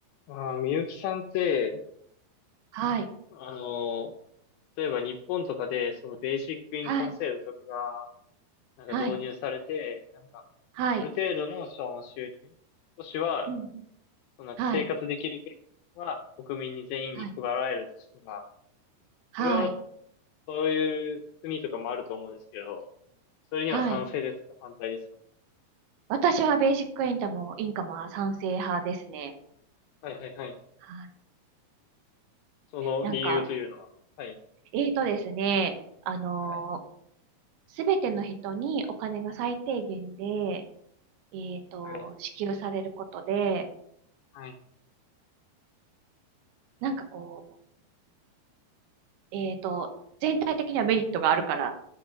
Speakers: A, on the left; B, on the right.
A: ああ、みゆきさんって、
B: はい。
A: あの、例えば日本とかで、そのベーシックインカム制度とかが、
B: はい。
A: なんか導入されて、
B: はい。
A: なんか、
B: はい。
A: ある程度のその収入、少しは、
B: うんうん。
A: そのなんか生活できる権利は国民に全員に配られるとしたら、
B: はい。はい。はい。
A: それは、そういう国とかもあると思うんですけど、それには賛成ですか反対ですか
B: はい。私はベーシックインカムも、インカムは賛成派ですね。
A: はいはいはい。
B: はい。
A: その理由というのは、
B: なんか、
A: はい。
B: えーとですね、あの
A: はい。
B: すべての人にお金が最低限で、えーと、
A: はい。
B: 支給されることで、
A: はい。
B: なんかこう、えーと、全体的にはメリットがあるから